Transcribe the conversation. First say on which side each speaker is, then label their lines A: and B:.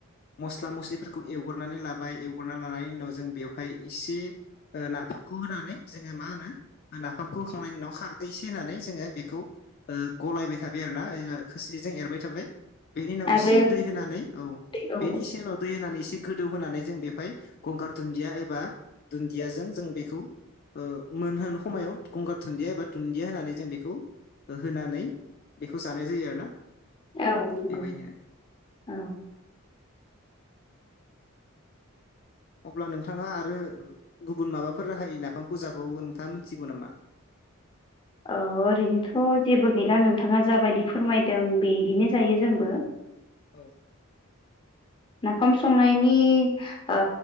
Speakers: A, on the left; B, on the left.
A: मस्ला मस्लिफोरखौ एवग्रोनानै लाबाय एवग्रोनानै लाबाय लानायनि उनाव जों बेवहाय एसे ओ नाफामखौ होनानै जोङो मा होनो नाफामखौ होखांनायनि उनाव खारदै एसे होननानै जोङो बेखौ ओ गलायबाय थाबाय आरोना खोस्लिजों एरबाय थाबाय बेनि उनाव
B: आरो
A: एसे दै होनानै औ
B: औ
A: बेनि गसे उनाव दै होनानै एसे गोदौ होनोनानै जों बेवहाय गंगार दुन्दिया एबा दुन्दियाजों जों बेखौ ओ मोनहोन खमायाव गंगार दुन्दिया एबा दुन्दिया होनानै जों बेखौ होनानै बेखौ जानाय जायो आरोना
B: औ नंगौ
A: बेबायदिनो
B: औ
A: अब्ला नोंथाङा आरो गुबुन माबाफोर राहायै नाफामखौ जाबावो नोंथाङा मिथिगौ नामा
B: औ ओरैनोथ जेबो गैला नोंथाङा जाबायदि फोरमायदों बेदिनो जायो जोंबो
A: औ
B: नाफाम संनायनि ओ